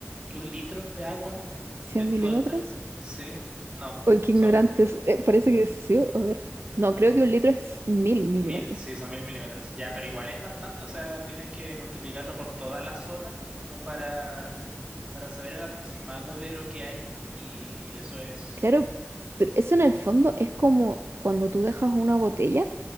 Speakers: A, on the right; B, on the right.
A: que un litro de agua
B: Cien
A: en
B: milímetros?
A: todo el territorio? Sí, no,
B: Uy, qué
A: no
B: ignorantes.
A: son
B: Eh, parece que sí, a ver. No,
A: eh,
B: creo que un litro es mil milímetros.
A: mil, sí, son mil milímetros. Ya, pero igual es bastante, o sea, tienes que multiplicarlo por toda la zona como para, para saber el aproximado de lo que hay. Y eso es...
B: Claro, pero eso en el fondo es como cuando tú dejas una botella